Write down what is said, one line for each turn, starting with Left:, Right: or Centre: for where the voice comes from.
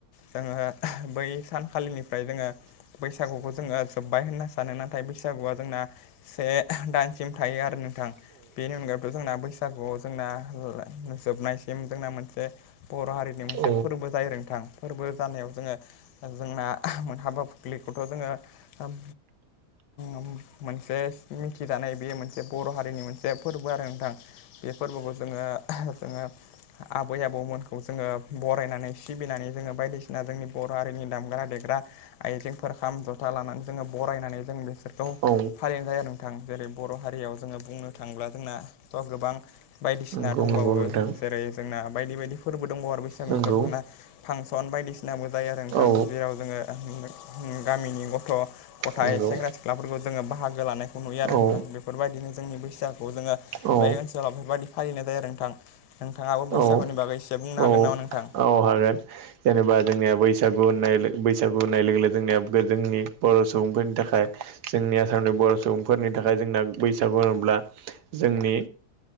Left: जोङो बै सान खालिनिफ्राय जोङो बैसागुखौ जोङो जोब्बाय होनना सानो नाथाय बैसागुआ जोंना से दाइनसिम थायो आरो नोंथां बेनि अनगायैबोथ' जोंना बैसागुआव जोंना जोबनायसिम जोंना मोनसे बर' हारिनि मोनसे
Right: औ
Left: फोरबो जायोरो नोंथां फोरबो जानायाव जोङो जोंना हाबा फुथ्लिखौथ' जोङो ओम ओम मोनसे मिथिजानाय बेयो मोनसे बर' हारिनि मोनसे फोरबो आरो नोंथां बे फोरबोखौ जोङो जोङो आबै आबौमोनखौ जोङो बरायनानै सिबिनानै जोङो बायदिसिना जोंनि बर' हारिनि दाम ग्रा देग्रा आइजेंफोर खाम जथा लानानै जोङो बरायनानै जों बेसोरखौ
Right: औ
Left: फालिनाय जाया नोंथां जेरै बर' हारियाव जोङो बुंनो थाङोब्ला जोंनाथ' गोबां बायदिसिना
Right: नंगौ
Left: दंबावो
Right: नोंथां नंगौ औ नंगौ नोंथां
Left: जेरै जोंना बायदि बायदि फोरबो दंबावो बैसागु
Right: नंगौ
Left: बोथोराथ' जोंना फांसन बायदिसिनाबो जायो आरो नोंथां
Right: औ
Left: जेराव जोङो उम गामिनि गथ' गथाइ
Right: नंगौ
Left: सेंग्रा सिख्लाफोरखौ जोङो बाहागो लानायखौ नुयो आरो
Right: औ
Left: नोंथां बेफोर बायदिनो जोंनि बैसागुखौ जोङो
Right: औ
Left: बै ओनसोलाव बेफोर बायदि फालिनाय जायो आरो नोंथां नोंथाङाबो बैसागुनि
Right: औ
Left: बागै एसे बुंनो
Right: औ
Left: हागोन नामा नोंथां
Right: औ हागोन जेनेबा जोंनिया बैसागु होननाय लोग बैसागु होननाय लोगो लोगो जोंनिया जोंनि बर' सुबुंफोरनि थाखाय जोंनि आसामनि बर' सुबुंफोरनि थाखाय जोंना बैसागु होनोब्ला जोंनि